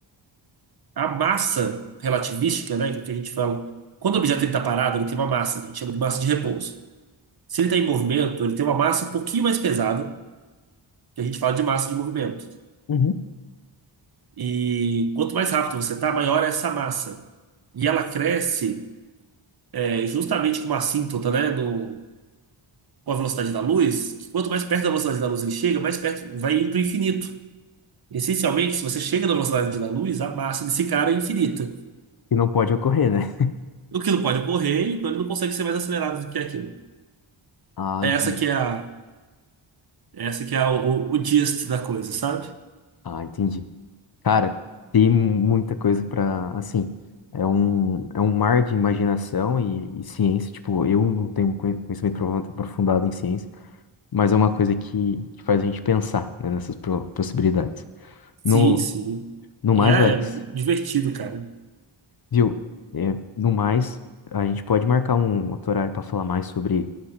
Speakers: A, on the right; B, on the left.
A: A massa relativística, né, que é o que a gente fala, quando o objeto ele tá parado, ele tem uma massa, que a gente chama de massa de repouso. Se ele está em movimento, ele tem uma massa um pouquinho mais pesada, que a gente fala de massa de movimento.
B: uhum.
A: E quanto mais rápido você tá, maior é essa massa. E ela cresce é, justamente com uma assíntota, né? No, com a velocidade da luz, que quanto mais perto da velocidade da luz ele chega, mais perto vai indo para o infinito. Essencialmente, se você chega na velocidade da luz, a massa desse cara é infinita.
B: E não pode ocorrer, né?
A: O que não pode ocorrer, então ele não consegue ser mais acelerado do que aquilo.
B: Ah,
A: É
B: entendi.
A: Essa que é a, é essa que é o, o, o gist da coisa, sabe?
B: Ah, entendi. Cara, tem muita coisa para assim, é um é um mar de imaginação e, e ciência, tipo, eu não tenho um conhe- conhecimento aprofun- aprofundado em ciência, mas é uma coisa que, que faz a gente pensar, né, nessas pro- possibilidades. No
A: Sim, sim.
B: no
A: E
B: mais,
A: é
B: Alex.
A: divertido, cara.
B: Viu? É, no mais, a gente pode marcar um outro horário para falar mais sobre.